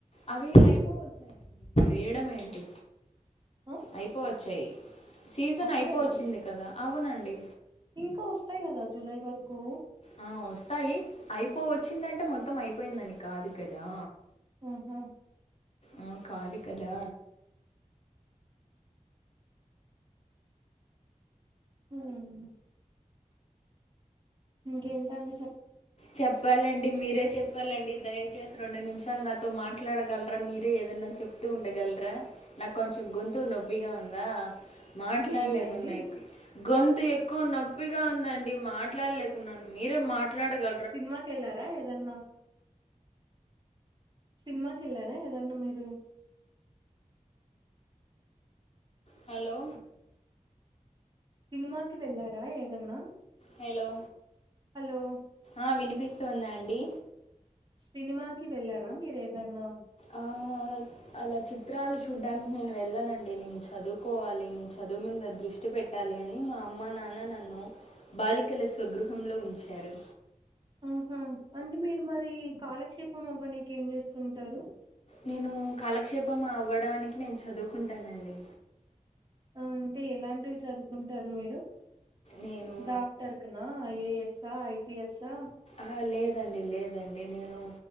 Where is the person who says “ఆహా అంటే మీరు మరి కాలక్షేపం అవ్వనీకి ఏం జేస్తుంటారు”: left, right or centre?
Right